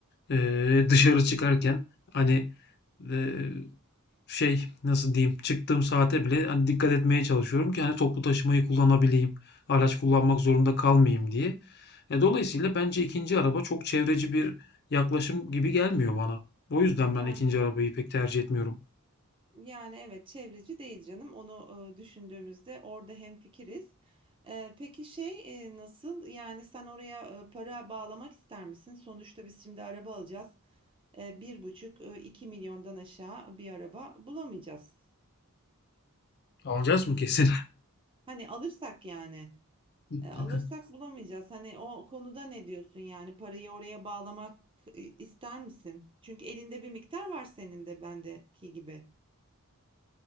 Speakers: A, on the left; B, on the right.
A: e, dışarı çıkarken hani e, Şey, nasıl diyeyim, çıktığım saate bile, hani, dikkat etmeye çalışıyorum ki, hani, toplu taşımayı kullanabileyim, araç kullanmak zorunda kalmayayım diye. E, dolayısıyla bence ikinci araba çok çevreci bir yaklaşım gibi gelmiyor bana. O yüzden
B: Yani.
A: ben ikinci arabayı pek tercih etmiyorum.
B: Yani, evet, çevreci değil canım. Onu, ııı, düşündüğümüzde orada hemfikiriz. Eee, peki şey, eee, nasıl? Yani, sen oraya, ııı, para bağlamak ister misin? Sonuçta biz şimdi araba alacağız. Eee, 1,5, iki milyondan aşağı bir araba bulamayacağız.
A: Alacağız mı kesin?
B: Hani, alırsak yani,
A: <laughs>
B: eee, alırsak bulamayacağız. Hani, o konuda ne diyorsun? Yani, parayı oraya bağlamak, iii, ister misin? Çünkü elinde bir miktar var senin de bendeki gibi.